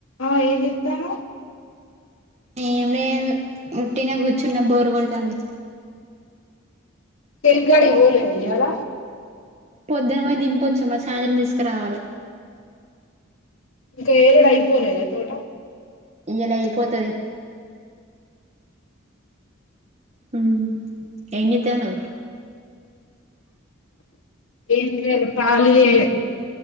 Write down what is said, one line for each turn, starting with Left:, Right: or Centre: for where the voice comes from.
Left: ఆహ్ ఏం చేస్తున్నావ్.
Right: ఎం లేదు ఉట్టిన కూర్చున్న బోరు కొడుతంది
Left: చేనుకాడికి పోలేద ఇయ్యాల
Right: పొద్దున పోయి దింపవచ్చ మ సాయంత్రం తీసుకురావాలి
Left: ఇంకా ఏరుడు ఐపోలేద తోటా
Right: ఇయ్యలా అయిపోతది ఉం ఏంచేతనావ్
Left: ఎం లేదు కాళీ ఎ